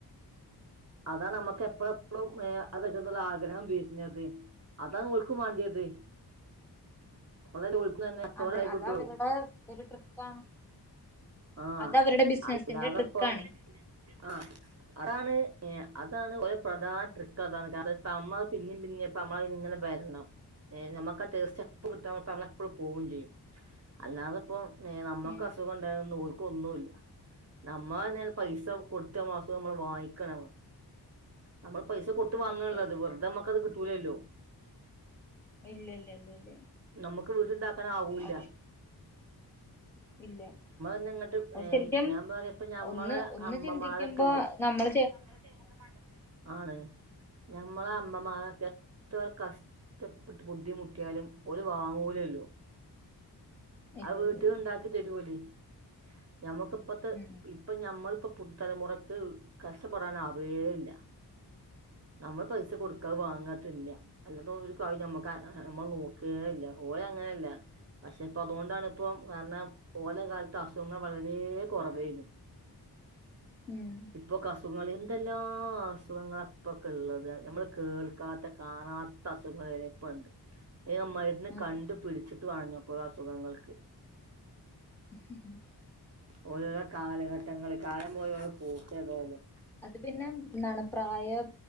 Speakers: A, on the right; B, in the centre.
A: അതാന്നമ്മക്ക് എപ്പോള്പ്പോളും അത് <unintelligible> ന്നുള്ള ആഗ്രഹം വേര്ന്നത് അതാണ് ഓൽക്കും വാണ്ടിയത് <unintelligible> കച്ചോടായി
B: അതെ അതവരുടെ
A: കിട്ടുള്ളൂ
B: ഒരു ട്രിക്കാണ്
A: ആഹ്
B: അത് അവരുടെ ബിസിനസിന്റെ
A: അല്ലാതെ
B: ട്രിക്കാണ്
A: ഇപ്പം ആഹ് അതാണ് ക്ക് അതാണ് ഒര് പ്രധാന ട്രിക്ക് അതാണ് കാരണം <unintelligible> പിന്നെയും പിന്നെയും ഇപ്പ <unintelligible> ഇങ്ങനെ വരണം നമുക്കാ ടേസ്റ്റ് കിട്ടാ നമ്മളെപ്പോഴും പോവേം ചെയ്യും അല്ലാതപ്പോം
B: ഉം
A: നമുക്ക് അസുഖം ഒണ്ട ക്കൊന്നൂല്ല നമ്മ തന്നെയാണ് പൈസ കൊടുത്തമാസം നമ്മള് വാങ്ങിക്കണ് നമ്മള് പൈസ
B: ഉം
A: കൊട്ത്ത് വാങ്ങാള്ള്ത്
B: സത്യം
A: വെറ്തെ നമ്മക്ക് അത് കിട്ടൂലല്ലോ
B: ഇല്ല ഇല്ല ഇല്ല ഇല്ല
A: നമുക്ക് വീട്ടുണ്ടാക്കാൻ ആവൂല്ല
B: അതെ ഇല്ല
A: ഞാനങ്ങട്ട്
B: അത്
A: ഏഹ്
B: ശരിക്കും
A: ഞാൻ പറയാ ഇപ്പ ഞമ്മളെ
B: ഒന്ന് ഒന്ന്
A: അമ്മമാരേക്കെയി
B: ചിന്തിക്കുമ്പോ നമ്മൾ
A: നമ്മള് ചെയ്യണത് മണ്ടത്തരാ ആണ് നമ്മളെ അമ്മമാരക്കെ എത്ര കഷ്ടപ്പെട്ട് ബുദ്ധിമുട്ടിയാലും ഓര് വാങ്ങൂലല്ലോ
B: ഇല്ല
A: അത് വീട്ടി
B: ഇല്ല ഇല്ല
A: ഇണ്ടാക്കി തരുലെ ഞമ്മക്കിപ്പത്തെ
B: ഉം
A: ഇപ്പൊ ഞമ്മളിപ്പ പു തലമുറക്ക് കഷ്ടപ്പെടാനാവേല്ല നമ്മൾ പൈസ കൊട്ക്കാ അത് വാങ്ങാ തിന്ന അല്ലാതെ ഒര് കാര്യം ഞമ്മക്ക് മ്മളെ നോക്കേല്ല ഓല് അങ്ങനെല്ല പക്ഷെ ഇപ്പ അതോണ്ടാണ് ഇപ്പം കാരണം ഓലെ കാലത്ത് അസ് ഖങ്ങൾ വളരേ കൊറവേനി
B: ഉം
A: ഇപ്പൊ ക അസുഖങ്ങള് എന്തെല്ലാ അസുഖങ്ങളാ പ്പൊക്കെള്ളത് ഞമ്മള് കേൾക്കാത്ത കാണാത്ത അസുഖം വരെ പ്പണ്ട് <unintelligible> മര്ന്ന്
B: അതെ
A: കണ്ട് പിട്ച്ച്ട്ട് വാണഞ്ഞാെ കുറേ അസുഖങ്ങൾക്ക്
B: <inaudible>
A: ഓരോരോ കാലഘട്ടങ്ങളൾ കാലം പോയൊ നോക്ക് ഏതായാലും
B: അത് പിന്നെ നട പ്രായം